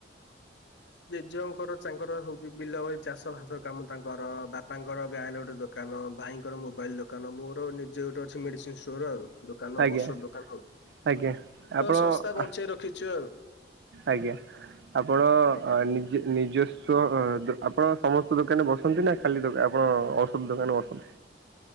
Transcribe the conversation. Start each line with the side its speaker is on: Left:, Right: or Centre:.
Left: ଜେଜଙ୍କର ତାଙ୍କର ହଉଛି ବିଲ ବାଡ଼ି ଚାଷ ଭାସ କାମ ତାଙ୍କର। ବାପାଙ୍କର ଗାଁରେ ଗୋଟେ ଦୋକାନ, ଭାଇ ଭାଇଙ୍କର ମୋବାଇଲ ଦୋକାନ, ମୋର ନିଜେ ଗୋଟେ ଅଛି ମେଡିସିନ ଷ୍ଟୋର ଆଉ। ଦୋକାନ
Right: ଆଜ୍ଞା
Left: ଔଷଧ ଦୋକାନ ଆଉ
Right: ଆଜ୍ଞା
Left: ତ
Right: ଆପଣ
Left: ସଂସ୍ଥା ବଞ୍ଚେଇ ରଖିଛୁ ଆଉ।
Right: ଆଜ୍ଞା ଆପଣ
Left: ଆଜ୍ଞା।
Right: ନିଜ ନିଜସ୍ୱ ଦୋ ଆପ ଆପଣ ସମସ୍ତ ଦୋକାନରେ ବସନ୍ତି ନା ଖାଲି ଦୋକାନ ଆପଣ ଔଷଧ ଦୋକାନ ବସନ୍ତି।